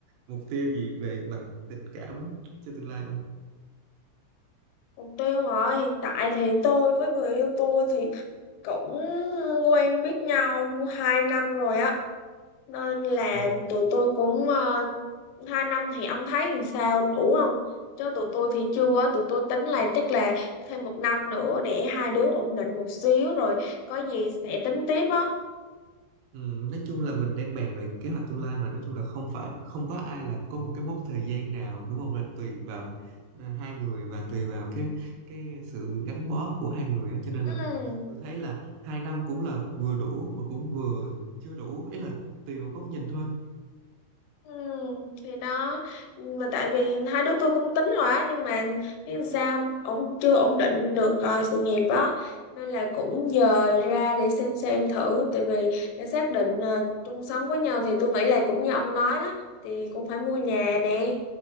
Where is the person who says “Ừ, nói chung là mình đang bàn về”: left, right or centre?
Right